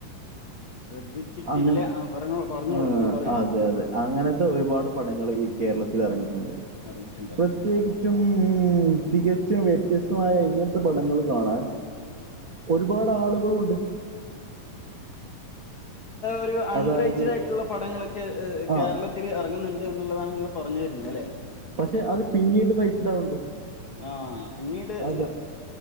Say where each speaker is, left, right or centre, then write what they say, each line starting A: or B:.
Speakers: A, on the left; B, on the right.
A: ശ്രദ്ധിച്ചിട്ടില്ല
B: അങ്ങൻ
A: ആ പറഞ്ഞോ പറഞ്ഞോളൂ
B: ആഹ്
A: നിങ്ങള് പറയൂ
B: അതെ അതെ അങ്ങനത്തെ ഒരുപാട് പടങ്ങൾ ഈ കേരളത്തിൽ എറങ്ങീട്ട്ണ്ട്
A: എർങ്ങിട്ട്ണ്ട്ല്ലേ
B: പ്രത്യേകിച്ചും തികച്ചും വ്യത്യസ്തമായ ഇങ്ങനത്തെ പടങ്ങൾ കാണാൻ ഒരുപാടാളുകളുണ്ട്
A: ഒരു അൺറേറ്റഡ്
B: അതായത്
A: ആയിട്ടുള്ള പടങ്ങളൊക്കെ
B: ആ
A: കേരളത്തി ത്തിൽ എറങ്ങുന്നുണ്ട് എന്നുള്ളതാണ് നിങ്ങൾ പറഞ്ഞു വരുന്നത് അല്ലെ
B: പക്ഷെ അത് പിന്നീട് റൈറ്റിടുണ്ട്
A: ആ പിന്നീട്
B: അതാ
A: അത്